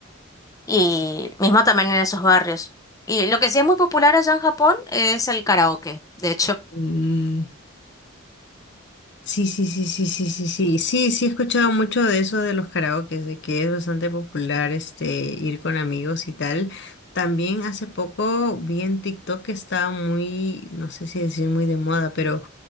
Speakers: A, on the left; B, on the left.
A: y mismo también en esos barrios. Y lo que sí es muy popular allá en Japón es el karaoke, de hecho.
B: Mm. Sí, sí, sí, sí, sí, sí, sí, sí, sí, he escuchado mucho de eso de los karaokes, de que es bastante popular este ir con amigos y tal. También hace poco vi en TikTok que estaba muy, no sé si decir muy de moda, pero